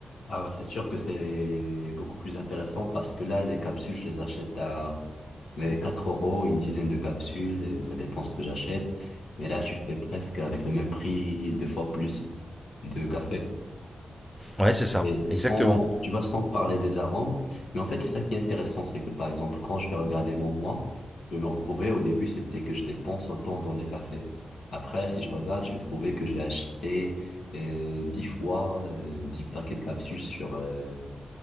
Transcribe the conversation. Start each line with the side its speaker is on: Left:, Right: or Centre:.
Left: Ah ouais, c'est sûr que c'est beaucoup plus intéressant parce que là, les capsules, je les achète à mais 4 euros, une dizaine de capsules, et ça dépend ce que j'achète. Mais là, tu fais presque avec le même prix, deux fois plus de café.
Centre: Ouais, c'est ça,
Left: Mais sans,
Centre: exactement.
Left: tu vois, sans parler des arômes. Mais en fait, c'est ça qui est intéressant, c'est que par exemple, quand je vais regarder mon moi, je vais me retrouver, au début, c'était que je dépense autant dans les cafés. Après, là, si je regarde, je vais trouver que j'ai acheté euh, 10 fois euh, 10 paquets de capsules sur euh,